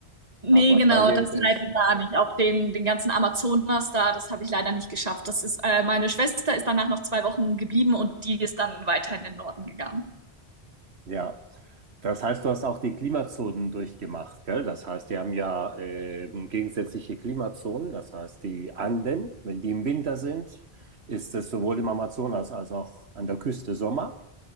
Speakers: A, on the right; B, on the right.
A: Nee,
B: Aguascalientes.
A: genau, das leider gar nicht. Auch den, den ganzen Amazonas da, das habe ich leider nicht geschafft. Das ist, äh, meine Schwester ist danach noch zwei Wochen geblieben und die ist dann weiter in den Norden gegangen.
B: Ja, das heißt, du hast auch die Klimazonen durchgemacht, gell? Das heißt, die haben ja ähm, gegensätzliche Klimazonen. Das heißt, die Anden, wenn die im Winter sind, ist es sowohl im Amazonas als auch an der Küste Sommer